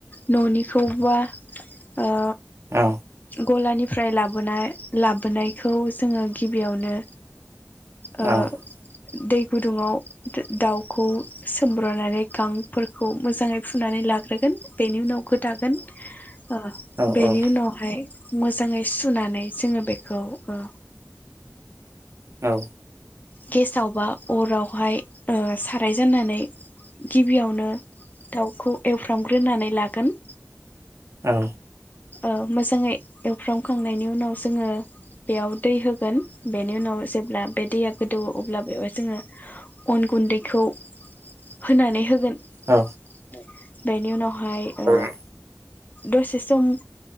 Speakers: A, on the left (about 35°); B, on the right (about 60°).
A: न'निखौबा ओ
B: औ
A: गलानिफ्राय लाबोनाय लाबोनायखौ जोङो गिबियावनो
B: औ
A: ओ। दै गुदुङाव दाउखौ सोमब्रनानै गांफोरखौ मोजाङै फुनानै लाग्रोगोन बेनि उनाव गोदागोन ओ
B: औ
A: बेनि
B: औ
A: उनाव मोजाङै सुनानै जोङो बेखौ ओ
B: औ।
A: गेसाव बा अरावहाय ओ साराय जाननानै गिबियावनो दाउ खौ एवफ्रामग्रोनानै लागोन
B: औ।
A: ओ मोजाङै एवफ्रामखांनायनि उनाव जोङो बेयाव दै होगोन बेनि उनाव जेब्ला बे दैया गोदौ अब्ला बेवहाय जोङो अन गुन्दैखौ होनानै होगोन।
B: औ
A: औ। बेनि उनाव हाय ओ
B: औ
A: दसे जों